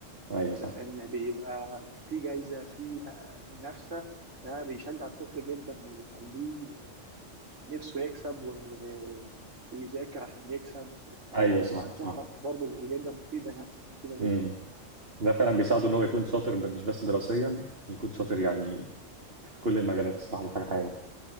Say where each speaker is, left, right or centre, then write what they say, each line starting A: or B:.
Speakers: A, on the right (about 50°); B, on the right (about 75°).
A: ايوه صح
B: لأن بيبقى في جايزة في آه، منافسة ده بيشجع الطفل جدا وبيخليه نفسه يكسب و- ويذاكر عشان يكسب فأنا
A: ايوه صح صح
B: شايفها برضه جدا مفيدة يعني مفيدة
A: امم
B: جدا
A: ده فعلا بيساعده ان هو يكون شاطر ب- مش بس دراسيا يكون شاطر يعني في كل المجالات الصراحه دي حاجه حقيقيه